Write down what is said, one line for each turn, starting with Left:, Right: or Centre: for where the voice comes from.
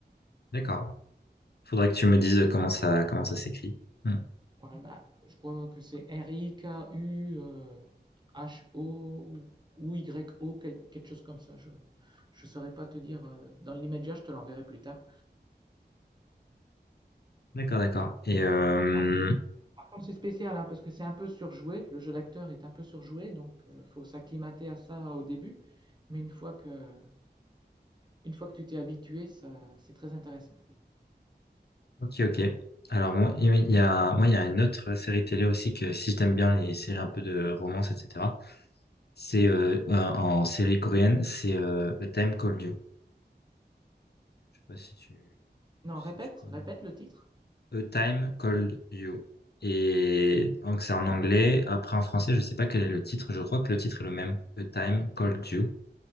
Left: D'accord. Faudrait que tu me dises comment ça, comment ça s'écrit. Hmm.
Right: Ouais, bah, je crois que c'est R-I-K-U-H-O ou Y-O, quel- quelque chose comme ça. Je ne saurais pas te dire euh, dans l'immédiat, je te l'enverrai plus tard.
Left: D'accord, d'accord. Et euh,
Right: Alors, par contre, c'est spécial hein, parce que c'est un peu surjoué. Le jeu d'acteur est un peu surjoué, donc il faut s'acclimater à ça au début. Mais une fois que, une fois que tu t'es habitué, ça, c'est très intéressant.
Left: ok, ok. Alors moi, il y a, moi, il y a une autre série télé aussi que si j'aime bien les séries un peu de romance, etc. C'est euh, en en série coréenne, c'est euh, A Time Called You. Je sais pas si tu,
Right: Non,
Left: si
Right: répète,
Left: tu connais.
Right: répète le titre.
Left: A Time Called You. Et donc c'est en anglais. Après en français, je sais pas quel est le titre. Je crois que le titre est le même. A Time Called You.